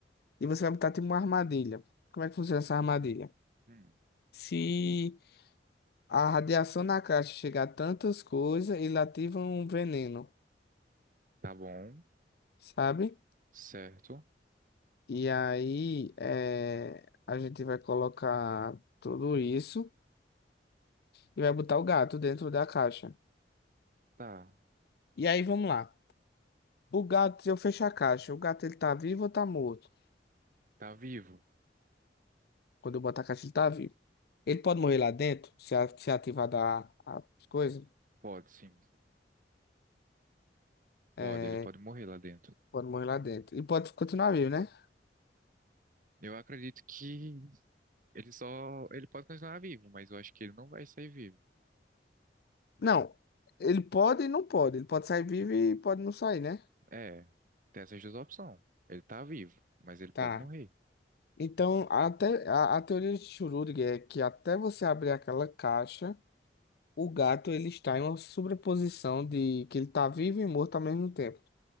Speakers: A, on the left; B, on the right.
A: E você vai botar tipo uma armadilha. Como é que funciona essa armadilha?
B: Hum.
A: Se A radiação na caixa chega a tantas coisas e lativa um veneno,
B: Tá bom.
A: sabe?
B: Certo.
A: E aí é, a gente vai colocar tudo isso e vai botar o gato dentro da caixa.
B: Tá.
A: E aí vamos lá. O gato, se eu fechar a caixa, o gato ele tá vivo ou tá morto?
B: Tá vivo.
A: Quando eu botar a caixa, ele tá vivo. Ele pode morrer lá dentro, se, a- se ativar da, as coisas.
B: Pode, sim. Pode,
A: É,
B: ele pode morrer lá dentro.
A: pode morrer lá dentro. E pode continuar vivo, né?
B: Eu acredito que ele só. Ele pode continuar vivo, mas eu acho que ele não vai sair vivo.
A: Não. Ele pode e não pode. Ele pode sair vivo e pode não sair, né?
B: É, tem essas duas opções. Ele tá vivo, mas ele pode
A: Tá.
B: morrer.
A: Então, até a, a teoria de Schrödinger é que até você abrir aquela caixa, o gato ele está em uma sobreposição de que ele está vivo e morto ao mesmo tempo.